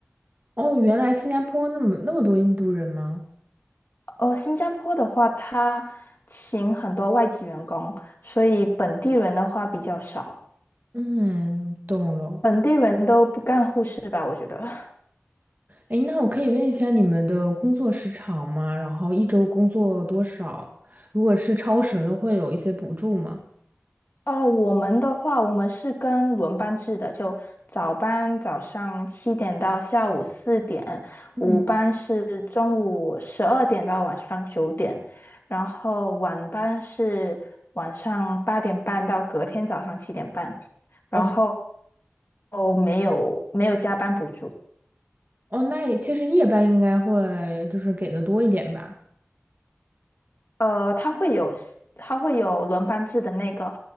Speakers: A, on the right (about 40°); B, on the left (about 55°).
A: 哦，原来新加坡那么那么多印度人吗？
B: 哦，新加坡的话，他请很多外籍员工，所以本地人的话比较少，
A: 嗯，懂了。
B: 本地人都不干护士吧，我觉得。
A: 哎，那我可以问一下你们的工作时长吗？然后一周工作多少？如果是超时了，会有一些补助吗？
B: 哦，我们的话，我们是跟轮班制的，就早班早上七点到下午四点，
A: 嗯，
B: 午班是中午十二点到晚上九点，然后晚班是晚上八点半到隔天早上七点半，然后
A: 哦
B: 哦没有没有加班补助。
A: 哦，那其实夜班应该会就是给的多一点吧。
B: 呃，他会有他会有轮班制的那个